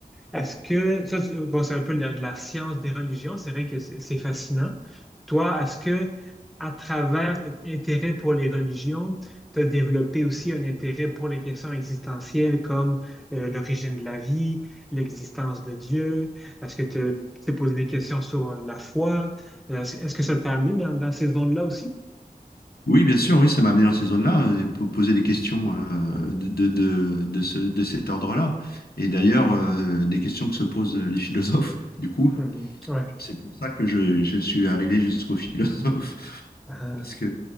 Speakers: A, in the centre; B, on the left (about 80°).
A: est-ce que, ça, c'est- bon, c'est un peu la, la science des religions, c'est vrai que c'est c'est fascinant. Toi, est-ce que, à travers cet intérêt pour les religions, tu as développé aussi un intérêt pour les questions existentielles comme euh, l'origine de la vie, l'existence de Dieu? Est-ce que tu t'es posé des questions sur euh, la foi? Est-ce, est-ce que ça t'a amené dans, dans ces zones-là aussi?
B: Oui, bien sûr, oui, ça m'a amené dans ces zones-là, euh, pour poser des questions euh, de, de, de, de ce- de cet ordre-là. Et d'ailleurs, euh, des questions que se posent les philosophes, du coup.
A: Mhm. Ouais.
B: Donc, C'est pour ça que je, je suis arrivé jusqu'aux philosophes,
A: Ah.
B: <laughs> parce que